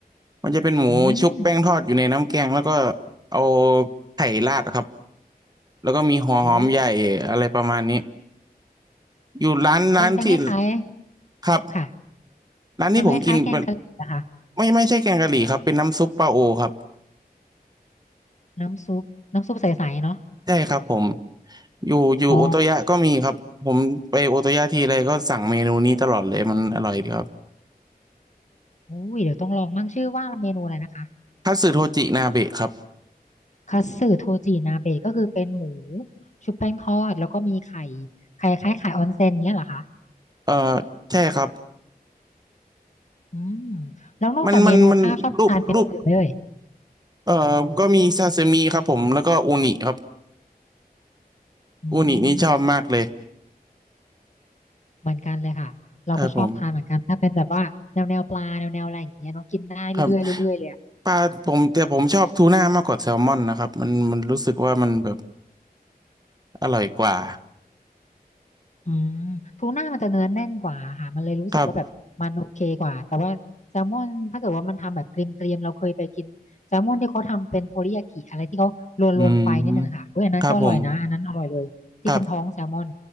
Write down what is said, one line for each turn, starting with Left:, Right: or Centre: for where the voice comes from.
Right: มันจะเป็นหมูชุบแป้งทอดอยู่ในน้ำแกงแล้วก็
Left: อืม
Right: เอาไข่ราดครับแล้วก็มีหัวหอมใหญ่อะไรประมาณนี้
Left: โอ้
Right: อยู่ร้านร้านที่
Left: มันเป็นคล้ายๆค่ะ
Right: ครับ ร้านที่ผมกินเป็น
Left: มันเป็นคล้ายๆแกงกะหรี่อะค่ะ
Right: ไม่ไม่ใช่แกงกะหรี่ครับเป็นน้ำซุปปลาโอครับ
Left: น้ำซุปน้ำซุปใสๆเนาะ
Right: ใช่ครับผมอยู่อยู่โอโตยะก็มีครับผมไปโอโตยะทีไรก็สั่งเมนูนี้ตลอดเลยมันอร่อยดีครับ
Left: อ๋ออุ้ยเดี๋ยวต้องลองมั่งชื่อว่าเมนูอะไรนะคะ
Right: คัตสึโทจินาเบะครับ
Left: คัตสึโทจินาเบะก็คือเป็นหมูชุบแป้งทอดแล้วก็มีไข่ไข่คล้ายไข่ออนเซ็นเงี้ยเหรอคะ
Right: เอ่อใช่ครับ
Left: อืมแล้วนอกจากเมนูข้าวชอบทานเมนูอื่นไหมเอ่ย
Right: มันมันมันรูปรูปเอ่อก็มีซาซิมิครับผมแล้วก็อูนิครับ
Left: อื
Right: อูนินี่ชอบมากเลย
Left: มเหมือนกันเลยค่ะเราก็ชอบทานเหมือนกันถ้าเป็นแบบว่าแนวแนวปลาแนวแนวอะไรอย่างเงี้ยเนาะกินได้เรื่อยๆเรื่อยๆเลยอะ
Right: ครับผมครับปลาผมแต่ผมชอบทูน่ามากกว่าแซลมอนนะครับมันมันรู้สึกว่ามันแบบอร่อยกว่า
Left: อืมทูน่ามันจะเนื้อแน่นกว่าค่ะมันเลยรู้สึกว่าแบบมันโอเคกว่าแต่ว่าแซลมอนถ้าเกิดว่ามันทำแบบเกรียมๆเราเคยไปกินแซลมอนที่เขาทำเป็นโทริยากิอะไรที่เขาลวนๆไฟนิดนึงอะค่ะอุ้ยอันนั้นก็อร่อยนะอันนั้นอร่อยเลยที่เป็นท้องแซลมอน
Right: ครับ อืมครับผมครับ